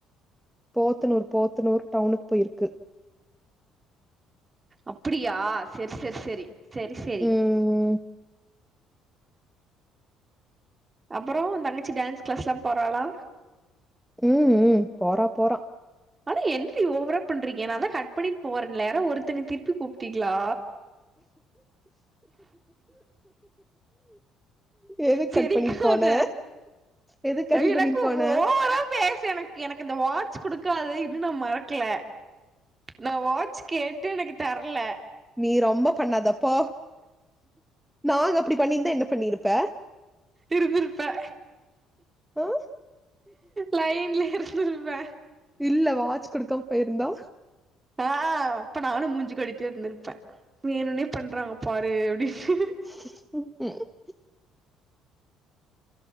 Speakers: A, in the centre; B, on the right.
A: போத்தனூர் போத்தனூர் டவுனுக் போயிருக்கு
B: அப்படியா செர் செர் செரி செரி செரி
A: ம்
B: அப்பறோ உ தங்கச்சி டேன்ஸ் க்ளாஸ்ல்லா போறாலா
A: ம் ம் போறா போறா
B: ஆனா என்ரி ஓவரா பண்றீங்க நா தா கட் பண்ணிட் போறேன்ல யாரோ ஒருத்தங்க திருப்பி கூப்டீங்ளா
A: எதுக்கு
B: சிரிக்காத
A: கட் பண்ணிட்டு போன எதுக்கு கட்
B: எனக்கு
A: பண்ணிட்டு போன
B: ஒவரா பேச எனக் எனக்கு இந்த வாட்ச் குடுக்காது இன்னு நா மறக்ல நா வாட்ச் கேட்டு எனக்கு தர்ல
A: நீ ரொம்ப பண்ணாத போ நாங்க அப்டி பண்ணியிருந்தா என்ன பண்ணிருப்ப
B: இருந்திர்ப்பே
A: ஆ
B: லைன்லே இருந்திர்ப்பே
A: இல்ல வாட்ச் குடுக்காம போயிருந்தா
B: ஆ அப்ப நானு மூஞ்சு காட்டிட்டே இர்ந்திர்ப்பே வேணுனே பண்றாங்க பாரு அப்டின்னு
A: <unintelligible>